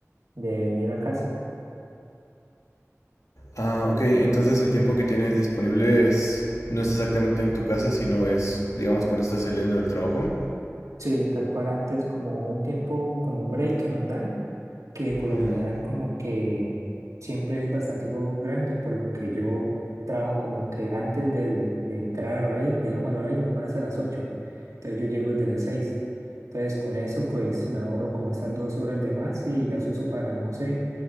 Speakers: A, on the right; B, on the left.
A: de venir a casa.
B: Ah, ok, entonces el tiempo que tienes disponible es no es exactamente en tu casa, sino es, digamos, cuando estás saliendo del trabajo.
A: Sí, tal cual antes como un tiempo, como un break que nos dan que por lo
B: Ujú.
A: general como que siempre es bastante algo grande, por lo que yo trabajo como que antes del- de entrar al horario, digamos al horario normal es a las ocho entonces yo llego desde las seis entonces con eso pues me ahorro como esas dos horas de más y las uso para, no sé,